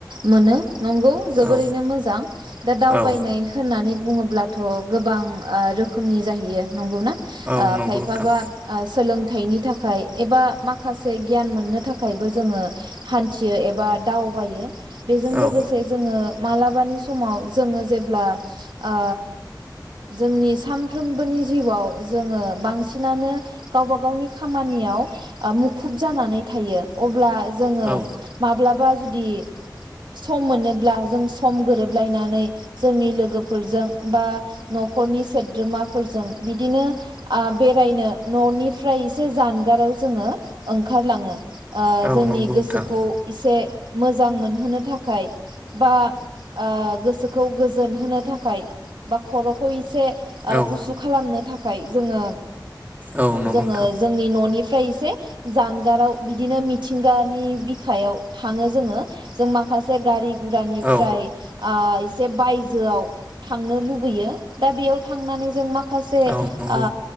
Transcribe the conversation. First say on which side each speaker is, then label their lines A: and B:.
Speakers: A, on the right; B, on the right.
A: मोनो नंगौ जोबोरैनो
B: औ
A: मोजां दा दावबायनाय
B: औ
A: होननानै बुङोब्लाथ' गोबां आ रोखोमनि जाहैयो नंगौना
B: औ
A: आ
B: नंगौ
A: खायफाबा
B: नोंथां
A: ओ सोलों थायाइनि थाखाय एबा माखासे गियान मोननो थाखायबो जोङो हान्थियो एबा दावबायो। बेजों
B: औ
A: लोगोसे जोङो मालाबानि समाव जोङो जेब्ला आ जोंनि सानफ्रोमबोनि जिउआव जोङो बांसिनानो गावबा गावनि खामानियाव ओ मुखुब जानानै थायो अब्ला जोङो
B: औ
A: माब्लाबा जुदि सम मोनोब्ला जों सम गोरोबलायनानै जोंनि लोगोफोरजों बा नखरनि सोद्रोमाफोरजों बिदिनो ओ बेरायनो ननिफ्राय एसे जानगाराव जोङो ओंखारलाङो आ
B: औ
A: जोंनि
B: नंगौ नोंथां
A: गोसोखौ एसे मोजां मोनहोनो थाखाय बा आ गोसोखौ गोजोन होनो थाखाय बा खरखौ एसे ओ
B: औ
A: गुसु खालामनो थाखाय खाय जोङो
B: औ नंगौ
A: जोङो
B: नोंथां
A: जोंनि ननि फ्राय इसे जानगाराव बिदिनो मिथिंगानि बिखायाव थाङो जोङो जों माखासे गारि गुरानिफ्राय
B: औ
A: आ से बायजोआव थांनो लुबैयो दा बेयाव थांनानै जों माखा खासे
B: औ नंगौ
A: आ